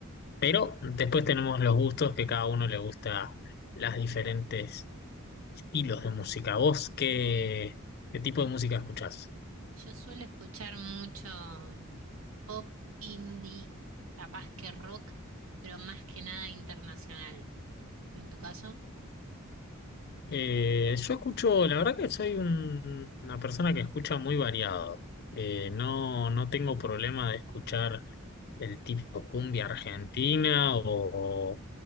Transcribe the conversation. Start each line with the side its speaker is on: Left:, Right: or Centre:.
Left: Pero después tenemos los gustos que cada uno le gusta las diferentes estilos de música. ¿Vos qué, qué tipo de música escuchás?
Right: Yo suelo escuchar mucho mm, pop, indie, capaz que rock, pero más que nada internacional. ¿En tu caso?
Left: Eh, yo escucho, la verdad que soy un- una persona que escucha muy variado. Eh, no, no tengo problema de escuchar el tipo cumbia argentina o